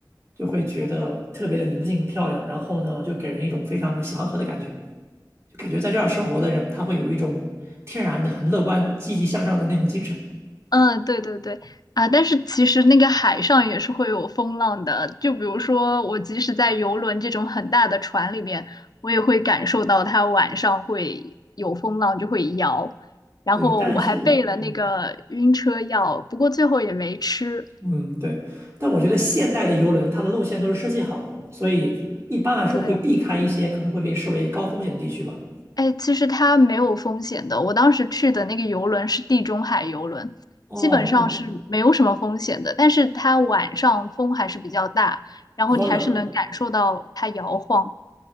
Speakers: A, on the right; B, on the left.
A: 就会觉得特别的宁静漂亮，然后呢，就给人一种非常祥和的感觉，就感觉在这儿生活的人，他会有一种天然的很乐观、积极向上的那种精神。
B: 嗯，对对对，啊，但是其实那个海上也是会有风浪的，就比如说我即使在游轮这种很大的船里面，我也会感受到它晚上会有风浪，就会摇。然后我还备了那个晕车药，
A: 对，但是。嗯
B: 不过最后也没吃。
A: 嗯，对，但我觉得现代的游轮它的路线都是设计好的，所以一般来说会避开一些可能会被视为高风险的地区吧。
B: 对，哎，其实它没有风险的。我当时去的那个游轮是地中海游轮，
A: 哦，
B: 基本上哦是没有什么风险的。
A: 比
B: 但是它晚上风还是比较大，然后你还是能感受到它摇晃。
A: 比较冷。